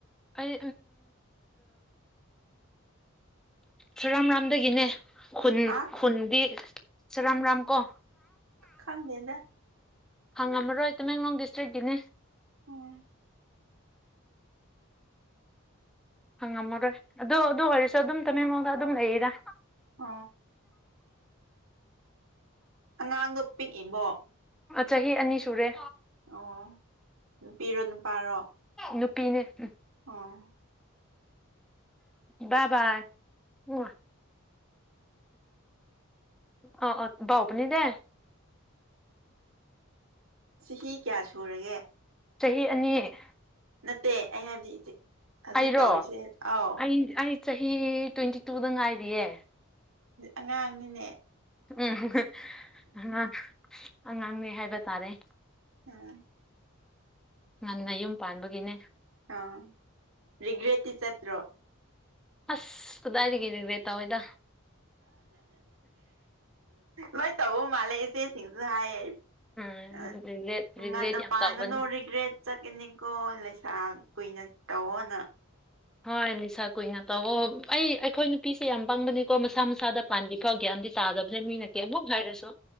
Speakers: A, in the centre; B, on the right.
A: ꯑꯩ ꯁꯨꯔꯥꯝ ꯔꯥꯝꯗꯒꯤꯅꯦ ꯈꯨꯟ
B: ꯍꯥ
A: ꯈꯨꯟꯗꯤ ꯔꯝ ꯔꯥꯝ ꯀꯣ
B: ꯈꯪꯗꯗ
A: ꯐꯪꯉꯝꯃꯔꯣꯏ ꯇꯃꯦꯡꯂꯣꯡ ꯗꯤꯁꯇ꯭ꯔꯤꯛꯀꯤꯅꯦ
B: ꯎꯝ
A: ꯍꯪꯉꯝꯃꯔꯣꯏ ꯑꯗꯨ ꯑꯗꯨ ꯑꯣꯏꯔꯁꯨ ꯑꯗꯨꯝ ꯇꯃꯦꯡꯂꯣꯡꯗ ꯑꯗꯨꯝ ꯂꯩꯔꯤꯔꯥ
B: ꯎ ꯑꯉꯥꯡꯗꯣ ꯄꯤꯛꯏꯕꯣ
A: ꯆꯍꯤ ꯑꯅꯤ ꯁꯨꯔꯦ
B: ꯑꯣ ꯅꯨꯄꯤꯔꯣ ꯅꯨꯄꯥꯔꯣ
A: ꯅꯨꯄꯤꯅꯦ ꯎ
B: ꯑꯣꯥ
A: ꯕꯥ ꯕꯥꯏ ꯎ ꯑꯣ ꯑ‌ꯣ ꯕꯥꯎꯄꯅꯤ ꯗꯦ
B: ꯆꯍꯤ ꯀꯌꯥ ꯁꯨꯔꯒꯦ
A: ꯆꯍꯤ ꯑꯅꯤ
B: ꯅꯠꯇꯦ ꯑꯩꯅ ꯍꯥꯏꯕꯗꯤ ꯏꯆ ꯍꯧꯖꯤꯛ
A: ꯑꯩꯔꯣ
B: ꯇꯧꯔꯤꯁꯦ ꯑꯥꯎ
A: <unintelligible> ꯆꯍꯤ ꯇ꯭ꯋꯦꯟꯇꯤ ꯇꯨꯗ ꯉꯥꯏꯔꯤꯌꯦ
B: ꯑꯉꯥꯡꯅꯤꯅꯦ
A: ꯎꯝ ꯑꯉꯥꯡ ꯑꯉꯥꯡꯅꯦ ꯍꯥꯏꯕ ꯇꯥꯔꯦ
B: ꯎꯝ
A: ꯉꯟꯅ ꯌꯨꯝ ꯄꯥꯟꯕꯒꯤꯅꯦ
B: ꯑ‌ꯣ ꯔꯤꯒ꯭꯭ꯔꯦꯠꯇꯤ ꯆꯠꯇ꯭ꯔꯣ
A: ꯑꯁ ꯀꯗꯥꯏꯗꯗꯒꯤ ꯔꯤꯒ꯭ꯔ‌ꯦꯠ ꯇꯧꯏꯗ
B: ꯂꯣꯏ ꯇꯧꯕ ꯃꯥꯜꯂꯦ ꯏꯆꯦꯁꯤꯡꯁꯨ ꯍꯥꯏꯌꯦ
A: ꯎꯝ
B: ꯑ
A: ꯔꯤꯒ꯭ꯔꯦꯠ ꯔꯤꯒ꯭ꯔꯦꯠ
B: ꯉꯟꯅ
A: ꯌꯥꯝ
B: ꯄꯥꯡꯒꯅꯣ
A: ꯇꯧꯕꯅꯤ
B: ꯔꯤꯒ꯭ꯔꯦꯠ ꯆꯠꯀꯅꯤꯀꯣ ꯂꯩꯁꯥ ꯀꯨꯏꯅ ꯇꯧꯑꯣꯅ
A: ꯍꯣꯏ ꯂꯩꯁꯥ ꯀꯨꯏꯅ ꯇꯧ ꯑꯩꯈꯣꯏ ꯅꯨꯄꯤꯁꯦ ꯌꯥꯝ ꯄꯪꯕꯅꯤꯀꯣ ꯃꯁꯥ ꯃꯁꯥꯗ ꯄꯥꯟꯕꯤ ꯐꯧ ꯒꯌꯥꯟꯗꯤ ꯇꯥꯗꯕꯅꯦ ꯃꯤꯅ ꯀ꯭ꯌꯤꯃꯨꯛ ꯍꯥꯏꯔꯁꯨ